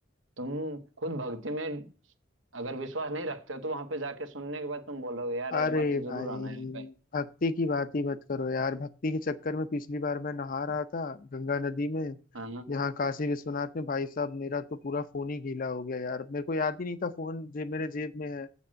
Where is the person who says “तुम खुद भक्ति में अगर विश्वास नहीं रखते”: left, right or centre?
Right